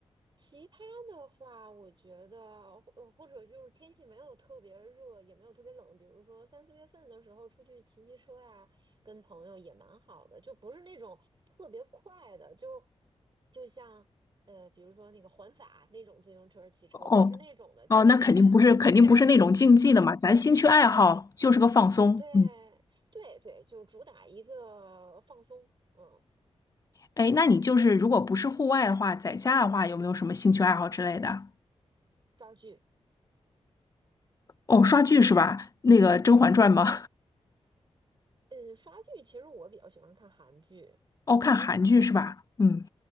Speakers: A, on the right (about 45°); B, on the left (about 30°).
A: 其他的话，我觉得，或或者就是天气没有特别热，也没有特别冷，比如说三四月份的时候出去骑骑车呀，跟朋友也蛮好的，就不是那种特别快的，就就像呃，比如说那个环法那种自行车骑车，
B: 哦
A: 不是那种的，就是大家出去。
B: 哦，那肯定不是，肯定不是那种竞技的嘛，咱兴趣爱好就是个放松。
A: 呃，对对对，
B: 嗯，
A: 就主打一个放松，嗯，
B: 哎，那你就是如果不是户外的话，在家的话，有没有什么兴趣爱好之类的？
A: 抓剧。
B: 哦，刷剧是吧？那个《甄嬛传》吗？
A: 嗯，刷剧其实我比较喜欢看韩剧，
B: <laughs> 哦，
A: 你呢？
B: 看韩剧是吧？嗯，